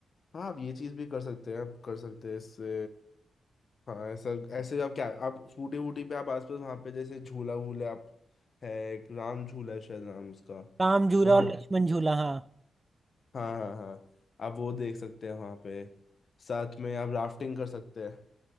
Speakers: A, on the left (about 60°); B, on the right (about 30°).
A: हाँ आप ये चीज भी कर सकते हैं आप कर सकते हैं इससे हाँ ऐसा ऐसे आप क्या आप स्कूटी वूटी पे आप आसपास वहाँ पे जैसे झूला वूला आप है एक राम झूला है शायद नाम उसका
B: राम झूला
A: वहाँ
B: और लक्ष्मण झूला हाँ
A: हाँ हाँ हाँ आप वो देख सकते हैं वहाँ पे साथ में आप राफ्टिंग कर सकते हैं